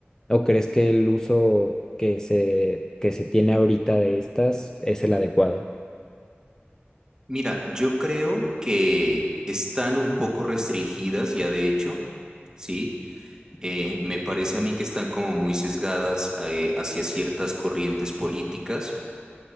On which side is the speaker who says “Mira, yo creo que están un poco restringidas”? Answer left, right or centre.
Right